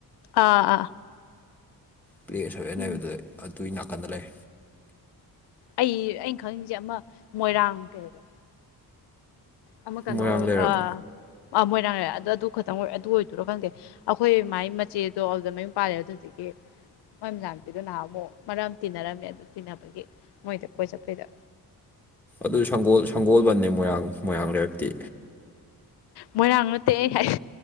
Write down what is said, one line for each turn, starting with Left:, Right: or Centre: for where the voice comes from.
Left: ꯑꯥ ꯑꯥ
Centre: ꯄ꯭ꯂꯦꯁ ꯍꯅ
Left: ꯎꯝ
Centre: ꯍꯥꯏꯕꯗ ꯑꯗꯨꯒꯤ ꯅꯥꯀꯟꯗ ꯂꯩ
Left: ꯑꯩ ꯑꯩꯅ ꯈꯪꯅꯤꯡꯤꯁꯦ ꯑꯃ ꯃꯣꯏꯔꯥꯡ ꯀꯩꯕ ꯑꯃꯃ ꯀꯩꯅꯣ
Centre: ꯃꯣꯏꯔꯥꯡ ꯂꯩꯔꯛ
Left: ꯑ ꯑ ꯃꯣꯏꯔꯥꯡ ꯂꯩꯔꯦ ꯑꯗꯨꯗ ꯑꯗꯨ ꯈꯛꯇꯪ ꯑꯣꯏ ꯑꯗꯨ ꯑꯣꯏꯗꯣꯏꯔꯣ ꯈꯪꯗꯦ ꯑꯩꯈꯣꯏ ꯃꯥꯏ ꯃꯆꯦꯗꯣ ꯑꯗꯨꯗ ꯃꯌꯨꯝ ꯄꯥꯜꯂꯦ ꯑꯗꯨꯗꯒꯤ ꯃꯣꯏ ꯃꯁꯥꯡ ꯅꯨꯨꯄꯤꯗꯨꯣ ꯅꯍꯥꯟ ꯑꯃꯨꯛ ꯃꯔꯝ ꯇꯤꯟꯅꯔꯝꯃꯦ ꯑꯗꯨ ꯇꯤꯟꯅꯕꯒꯤ ꯃꯣꯏꯗ ꯀꯣꯏ ꯆꯠꯄꯩꯗ
Centre: ꯑꯗꯨꯣ ꯁꯪꯒꯣꯜꯕꯟꯅꯤꯦ ꯃꯣꯏꯔꯥꯡ ꯃꯣꯏꯔꯥꯡ ꯂꯩꯔꯛꯇꯤ
Left: ꯃꯣꯏꯔꯥꯡ ꯅꯠꯇꯦ ꯑꯩ